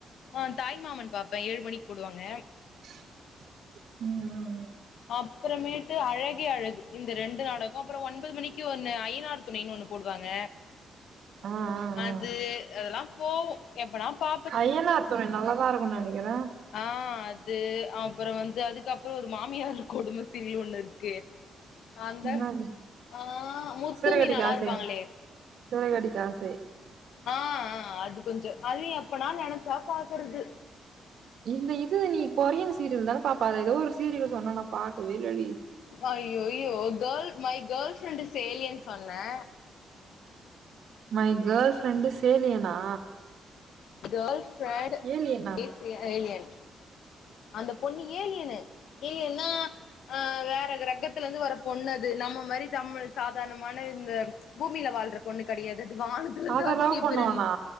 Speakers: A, on the left; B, on the right.
A: ஆ தாய்மாமன் பாப்பே ஏழு மணிக்கு போடுவாங்க
B: ம் ம்
A: அப்புறமேட்டு அழகே அழகு இந்த ரெண்டு நாடகோ அப்புறோ ஒன்பது மணிக்கி க்கி ஒன்னு ஐய்யனார் துணைன் ஒன்னு போடுவாங்க
B: ஆ ஆ
A: அது அதெலா போவு எப்பனா பா
B: ஐய்யனார் துணை நல்லாதா இருக்குன் நெனைக்கிறே
A: ஆ அது அப்புறோ வந்து அதுக்கப்புறோ ஒரு மாமியார் கெடும சீரியல் ஒன்னு இருக்கு அந்த
B: என்னது
A: ஆ முத்து
B: சிறகடிக்க
A: மீனால்லா
B: ஆசை
A: இருப்பாங்களே
B: சிறகடிக்க ஆசை
A: ஆ ஆ அது கொஞ்ச அது எப்பனா நெனச்சா பாக்கறது
B: இந்த இது நீ கொரியன் சீரியல் தான பாப்ப அத ஏதோ ஒரு சீரியல் சொன்ன நா பாக்கவே இல்லடி
A: ஐய் ஐய்யோ girl my girl friend is alien சொன்னே
B: மை கேள் ஃப்ரெண்டு இஸ் ஏலியனா
A: கேள் ஃப்ரெண்ட்
B: ஏலியனா
A: இஸ் ஏலியன் அந்த பொண்ணு ஏலியனு ஏலியன்னா அ வேற கிரகத்துல இருந்து வர பொண்ணு அது நம்ம மாரி தமிழ் சாதாரணமான இந்த பூமில வாழ்ற பொண்ணு கெடையாது அது வானத்துலந்து
B: அத
A: அதிசயப்பிறவி
B: லவ் பண்ணுவானா